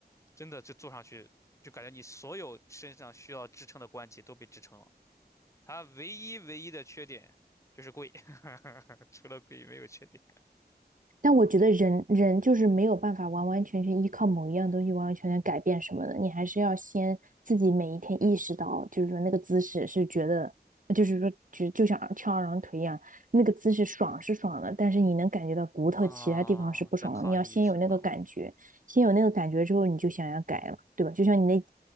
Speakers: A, on the left; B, on the right.
A: 真的就坐上去就感觉你所有身上需要支撑的关节都被支撑了。它唯一唯一的缺点就是贵，<laughs> 除了贵没有缺点。
B: 但我觉得人人就是没有办法完完全全依靠某一样东西完完全全改变什么的，你还是要先自己每一天意识到，就是说那个姿势是觉得，就是说就就像翘二郎腿一样，那个姿势爽是爽了，但是你能感觉到骨头其他地方是不爽了。
A: 啊、在抗议是吧？
B: 你要先有那个感觉，先有那个感觉之后，你就想要改了，对吧？就像你那